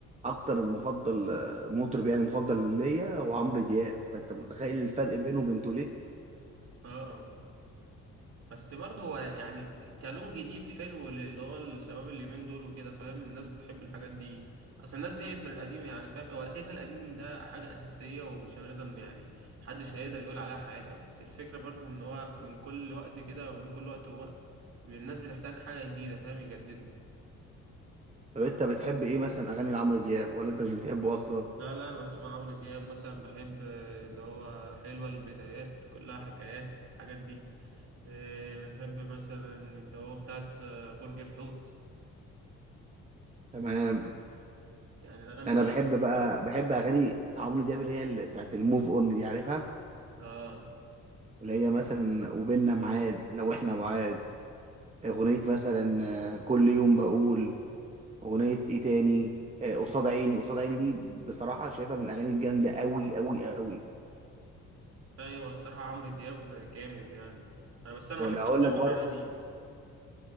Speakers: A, on the right; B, on the right.
A: اكتر مفضل مطرب يعني مفضل ليا هو عمرو دياب فانت متخيل الفرق بينه وبين توليه
B: اه بس برضه هو يعني كلون جديد حلو اللي هو الشباب اليومين دول وكده فاهم الناس بتحب الحاجات دي اصل الناس زهقت من القديم يعني فاهم هو كده كده القديم ده حاجة أساسية ومش هنقدر يعني محدش هيقدر يقول عليها حاجة بس الفكرة برضه ان هو من كل وقت كده ومن كل وقت ووقت الناس بتحتاج حاجة جديدة فاهم يجددوا
A: طب انت بتحب ايه مثلا اغاني لعمرو دياب ولا انت مش بتحبه اصلا
B: لا لا انا بسمع عمرو دياب مثلا بحب آه، اللي هو حلوة البدايات كلها حكايات الحاجات دي آه، بنحب مثلا اللي هو بتاعت آه، برج الحوت
A: تمام
B: يعني الأغاني
A: انا
B: دي
A: بحب
B: بحبها
A: بقى بحب اغاني عمرو دياب اللي هي اللي بتاعت الموف اون دي عارفها
B: آه
A: اللي هي مثلا وبيننا ميعاد لو احنا بعاد اغنيه مثلا آه، كل يوم بقول اغنيه ايه تاني آه، قصاد عيني قصاد عيني دي بصراحه شايفها من الاغاني الجامده قوي قوي قوي
B: أيوة الصراحة عمرو دياب جامد يعني أنا بس أنا
A: ولا
B: بحب
A: اقول
B: أكتر
A: لك برضو
B: عمرو القديم